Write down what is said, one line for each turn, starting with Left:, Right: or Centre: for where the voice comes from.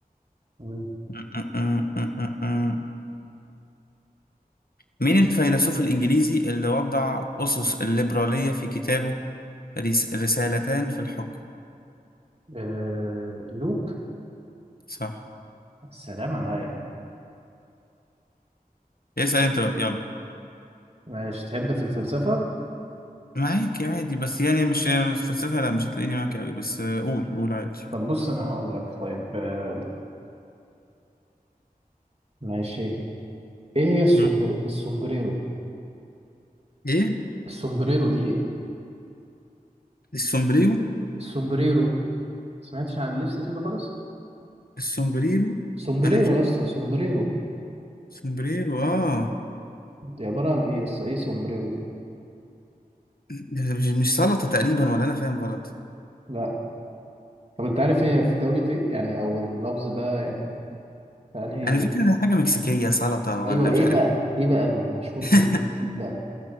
Right: مم.
Left: <laughs> م- م- م- م- م- مين الفيلسوف الانجليزي اللي وضع اسس الليبراليه في كتابه ريس- رسالتان في الحكم
Right: آه، لوك
Left: صح
Right: السلام عليا
Left: اسال انت بقى يلا
Right: ماشي تحب في الفلسفة
Left: معاك عادي بس يعني مش الفلسفة لا مش هتلاقيني معاك قوي بس آه، قول قول عادي
Right: طب بص أنا هقول لك طيب آه، ماشي إيه هي السومبر
Left: مم.
Right: السومبريرو
Left: ايه
Right: السومبريرو دي إيه
Left: السومبريرو
Right: السومبريرو سمعتش عن اللبس اسم ده خالص
Left: السومبريرو
Right: سومبريرو
Left: انا مش عارف
Right: يا اسطى سومبريرو
Left: سومبريرو اه
Right: دي عبارة عن إيه يا اسطى إيه سومبريرو دي
Left: ده مش مش سلطة تقريبا ولا انا فاهم غلط
Right: لا طب أنت عارف هي في دولة إيه يعني أو اللفظ ده يعني في أنهي
Left: انا فاكر انها حاجة مكسيكية سلطة
Right: أيوه
Left: ولا
Right: إيه
Left: مش عارف
Right: بقى إيه بقى المشهور
Left: <laughs>
Right: بيها المكسيك بقى